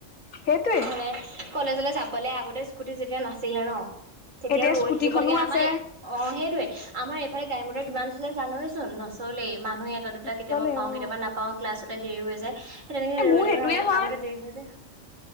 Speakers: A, on the left (about 85°); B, on the right (about 80°).
A: সেইটোৱে
B: মানে কলেজলৈ যাবলে আগতে স্কুটি যেতিয়া নাছিলে ন? তেতিয়াও
A: এতিয়া
B: ৰৈ
A: স্কুটিখনো
B: থাকিব লাগে, আমাৰ
A: আছে।
B: অ' সেইটোয়ে আমাৰ এইফালে গাড়ীৰ
A: উম
B: কিমান চলে জানইচোন ন? লেই, মানুহ এটা দুটা
A: নচলে
B: কেতিয়াবা পাওঁ
A: অ।
B: কেতিয়াবা নাপাওঁ ক্লাছতে দেৰি হৈ যায়। সেই তেনেকে
A: এ মোৰ
B: ৰৈ থাকোতে
A: সেইটোৱে হয়
B: আগতে দেৰি হৈ যায়।